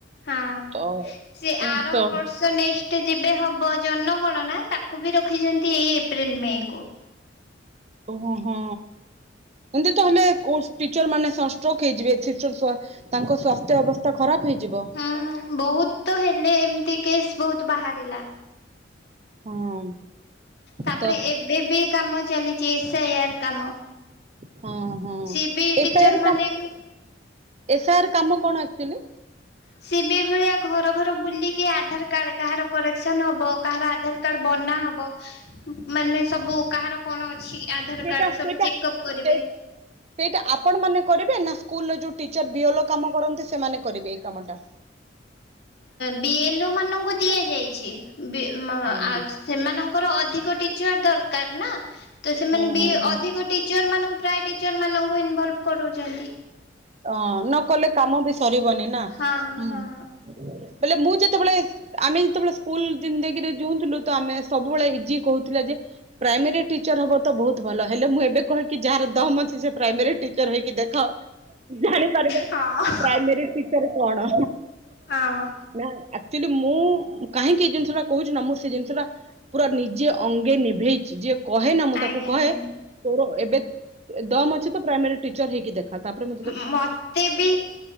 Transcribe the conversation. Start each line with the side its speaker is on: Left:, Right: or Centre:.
Left: ହଁ।
Right: ତ
Left: ସେ ଆର
Right: ଉଁ ତ
Left: ବର୍ଷ ସେ ନେକ୍ସ୍ଟେ ଯେବେ ହବ ଜନଗଣନା, ତାକୁ ବି ରଖିଛନ୍ତି ଏଇ ଏପ୍ରିଲ୍ ମେ କୁ।
Right: ଓହୋ ହୋ, ଏମତି ତ ହେଲେ କୋ ଟିଚର ମାନେ ସନଷ୍ଟୈ୍କ୍ ହେଇଯିବେ। <unintelligible> ତାଙ୍କ ସ୍ବାସ୍ଥ୍ୟ ଅବସ୍ଥା ଖରାପ ହେଇଯିବ।
Left: ଉଁ ବହୁତ ତ ହେଲେ ଏମିତି କେସ୍ ବୋହୁତ୍ ବାହାରିଲା।
Right: ହଁ।
Left: ତାପରେ
Right: ତ
Left: ଏବେ ବି କାମ ଚାଲିଛି ଏସ୍ ଇ ଆଇ କାମ।
Right: ହଁ ହଁ।
Left: ସିଏ ବି
Right: ଏସ୍
Left: ଟିଚର
Right: ଆଇ ର
Left: ମାନେ
Right: କା-ଏସ୍। ଆଇ ର କାମ କଣ ଆକ୍ଚୁଆଲି?
Left: ସିଏ ବି ଏଭଳିଆ ଘର ଘର ବୁଲିକି ଆଧାର କାର୍ଡ କାହାର କରେକ୍ସନ ହବ, କାହାର ଆଧାର କ କାର୍ଡ ବନା ହବ ମାନେ ସବୁ କାହାର କଣ ଅଛି ଆଧାର
Right: ସେଇଟା
Left: କାର୍ଡ ସବୁ
Right: ସେଇଟା
Left: ଚେକ ଅପ୍ କରିବେ।
Right: ସେ ସେଇଟା ଆପଣ ମାନେ କରିବେ, ନା ସ୍କୁଲରେ ଯୋଉ ଟିଚର ବିୟଲ କାମ କରନ୍ତି ସେମାନେ କରିବେ ଏଇ କାମ ଟା
Left: ବିଏଲ ମାନଙ୍କୁ ଦିଆଯାଇଛି। ବି ମ
Right: ହୁଁ।
Left: ଆଜ୍ ସେମାନଙ୍କର ଅଧିକ ଟିଚର ଦରକାର ନା। ତ ସେମାନେ
Right: ହୁଁ
Left: ବି
Right: ହୁଁ ହୁଁ
Left: ଅଧିକ ଟିଚର ମାନଙ୍କୁ ପ୍ରାୟ ଟିଚର ମାନଙ୍କୁ ଇନଭଲଭ କରୁଚନ୍ତି।
Right: ଅଁ ନ କଲେ କାମ ବି ସରିବନି ନା।
Left: ହଁ
Right: ହୁଁ
Left: ହଁ।
Right: ବୋଲେ ମୁଁ ଯେତେବେଳେ ଆମେ ଯେତେବେଳେ ସ୍କୁଲ ଜିନ୍ଦଗିରେ ଯଉଥିଲୁ ତ ଆମେ ସବୁବେଳେ ଇଜି କହୁଥିଲେ ଯେ ପ୍ରାଇମେରୀ ଟିଚର ହବ ତ ବହୁତ ଭଲ। ହେଲେ ମୁଁ ଏବେ କହେକି ଯାହାର ଦମ ଅଛି ସେ ପ୍ରାଇମେରୀ ଟିଚ ଚର ହେଇକି ଦେଖ। ଜାଣିପାରିବେ
Left: ହଁ
Right: ପ୍ରାଇମେରୀ ଟିଚର କଣ?
Left: ହଁ
Right: ନା ଆକ୍ଚୁଆଲି ମୁଁ କାହିଁକି ଏଇ ଜିନିଷ ଟା କହୁଚି ନା ମୁଁ ସେ ଜିନିଷଟା ପୁରା ନିଜେ ଅଙ୍ଗେ ନିଭେଇଚି ଯେ କହେ ନା ମୁଁ
Left: ଆଜ୍ଞା
Right: ତାକୁ କହେ
Left: ଆଜ୍ଞା।
Right: ତୋର ଏବେ ଦମ ଅଛି ତ ପ୍ରାଇମେରୀ ଟିଚର ହେଇକି ଦେଖା ତାପରେ ମ
Left: ଉଁ ଉଁ ମତେ ବି